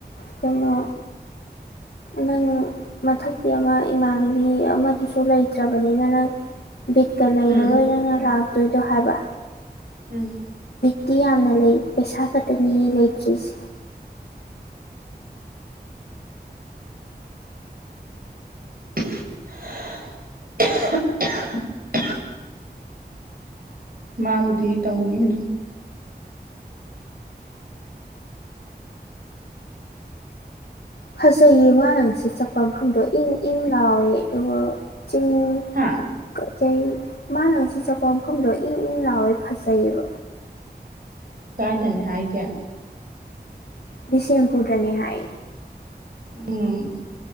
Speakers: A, on the left; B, on the right.
A: ꯀꯩꯅꯣ ꯅꯪ ꯃꯊꯛꯀꯤ ꯑꯃ ꯏꯃꯥꯟꯅꯕꯤ ꯑꯃꯗꯨꯁꯨ ꯂꯩꯇ꯭ꯔꯕꯅꯤꯅ ꯅꯪ ꯕꯤꯠꯀ ꯂꯩꯔꯔꯣꯏ
B: ꯎꯝ
A: ꯅꯪꯅ ꯂꯥꯛꯇꯣꯏꯗꯣ ꯍꯥꯏꯕ
B: ꯎꯝ
A: ꯇꯤ ꯌꯥꯝꯅ ꯂꯩ ꯄꯩꯁꯥ ꯈꯛꯇꯅꯤ ꯂꯩꯇ꯭ꯔꯤꯁꯦ
B: <unintelligible> ꯃꯥꯕꯨꯗꯤ ꯇꯧꯅꯤ ꯑꯗꯨꯝ
A: ꯐꯖꯩꯌꯦ ꯃꯥꯅ ꯉꯁꯤ ꯆꯠꯄ ꯃꯐꯝꯗꯣ ꯏꯪ ꯏꯪ ꯂꯥꯎꯋꯦ ꯑꯗꯨꯒ ꯆꯤꯡ
B: ꯍꯥ
A: ꯀꯩ ꯀꯩ ꯃꯥꯅ ꯉꯁꯤ ꯆꯄ ꯃꯐꯝꯗꯣ ꯏꯪ ꯏꯪ ꯂꯥꯎꯑꯦ ꯐꯖꯩꯑꯦꯕ
B: ꯀꯥꯏꯗꯅꯦ ꯍꯥꯏꯒꯦ
A: ꯕꯤꯁꯦꯝꯄꯨꯔꯗꯅꯤ ꯍꯥꯏ
B: ꯎꯝ